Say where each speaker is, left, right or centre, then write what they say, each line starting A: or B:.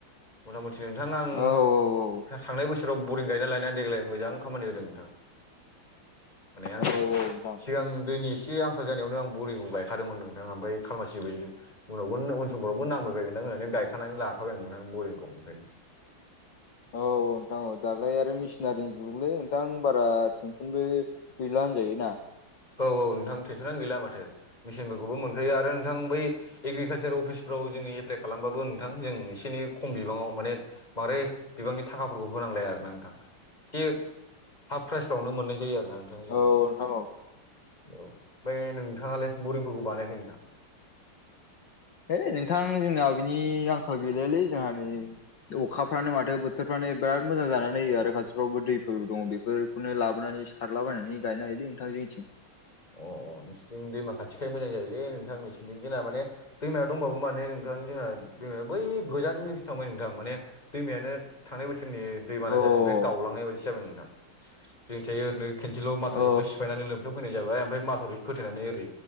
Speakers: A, on the left (about 20°); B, on the left (about 60°).
A: मथा मथि नोंथां आं
B: औ औ औ
A: थांनाय बोसोराव बरिं गायना लानाया देग्लाय मोजां खामानि होदों नोंथां माने आं
B: औ औ नोंथां
A: सिगां दैनि एसे आंखाल जानायावनो आं बरिंखौ गाय खादोंमोन नोंथां ओमफ्राय खालामासिबोै उनावबो उन समफोरावबो नांबायगोन ना होननानै गायखानानै लाखाबाय आं नोंथां बरिंखौ ओंखायनो
B: औ नोंथां औ दालाय आरो मेसिन सिनारिनि जुगलै नोंथां बारा टेनसनबो गैला होजायोना
A: औ औ नोंथां थेनसननानै गैला माथो मिेचिनफोरखौबो मोनखायो आरो नोंथां बै एग्रिकालसार अफिसफ्राव जोङो एप्लाइ खालामबाबो नोंथां जों एसे एनै खम बिबाङाव माने बांद्राय बिबांनि थाखाफोरखौ होनांलाया आरोना नोंथां <unintelligible> हाफ प्राइसफ्रावनो मोननाय जायो आरो नोंथां
B: औ
A: जोङो।
B: नोंथां औ
A: औ बे नोंथाङालाय बुरिंफोरखौ बानायाखै नोंथां?
B: है नोंथां जोंनाव बेनि आंखाल गैलायालै जोंहा नै अखाफ्रानो माथो बोथोरफ्रानो बोराद मोजां जानानै होयो खाथिफ्रावबो दैफोर दङ बेफोर खौनो लाबोनानै सारलाबायनानै गायनो हायोलै नोंथां जोंथिं।
A: अ नोंसिथिं दैमा खाथिखाय मोजां जायोलै नोंथां नोंसि <unintelligible> जोंना माने दैमायाव दंबाबो माने नोंथां जोंना दैमाया बै गोजानजों थांबाय नोंथां माने दैमायानो थांनाय बोसोरनि दै बाना
B: अ औ
A: जानाय फाय गावलांनाय बायदिसो जाबाय नोंथां जोंनिथिहाय ओरनो खेनसेल' माथावरिखौल'
B: औ
A: सिफायनानै लोमसावफैनाय जाबाय ओमफ्राय माथावरि खोथेनानै ओरै